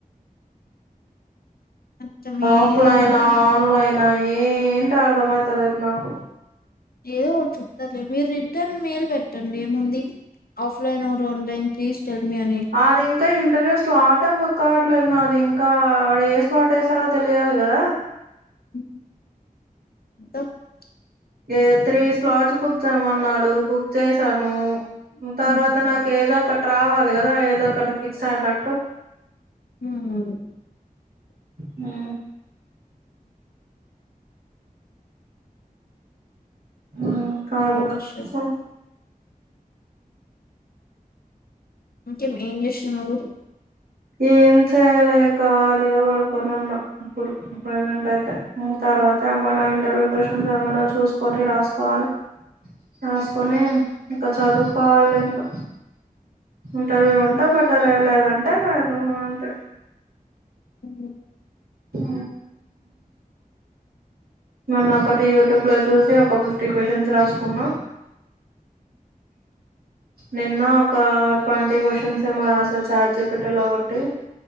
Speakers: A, on the left; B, on the right.
A: అర్థమే
B: ఆఫ్లైన
A: కాలే
B: ఆన్లైనా ఏంటి అర్థమైత లేదు నాకు
A: ఏదో ఒకటి చెప్తారులే మీరు రిటర్న్ మేలు పెట్టండి ఏముంది offline or online please tell me అని
B: అది ఇంకా ఇంటనే స్లాటా బు కావట్లేదు నాది ఇంకాడ ఏ స్లాట్ వేసాడో తెలియాలి కదా
A: హ తం <unintelligible>
B: ఏ త్రీ స్లాట్స్ బుక్ చేయమన్నాడు బుక్ చేసాను తర్వాత
A: ఉమ్
B: నాకు ఏదో ఒకటి రావాలి కదా ఏదో ఒకటి ఫిక్స్ అయినట్టు
A: అవునవును
B: మ్ మ్ కాల
A: ఏదో ఒకటి
B: కోసం
A: వస్తది ఇంకే ఏం చేస్తున్నారు?
B: ఏం చేయాల ఖాళీగా పడుకొని ఉన్నా ఇప్పుడు ప్రజెంట్ అయితే తర్వాత మనా ఇంటర్వ్యూ క్వ్చన్స్ ఏమన్నా చూసుకొని రాసుకోవాలి రాసుకొని ఇంకా చదువుకోవాలి ఇంకా ఇంటర్వ్యూ ఉంటే బెటర్ లేద అంటే లేదు అంతే
A: అ
B: ఆ మొన్న ఒకటి యూట్యూబ్ లో చూసి ఒక ఫిఫ్టీ క్వచన్స్ రాసుకున్నా. నిన్న ఒక ట్వంటీ క్వశ్చన్స్ ఏమో రాసారు చాట్ జి పి టి లో కోట్టి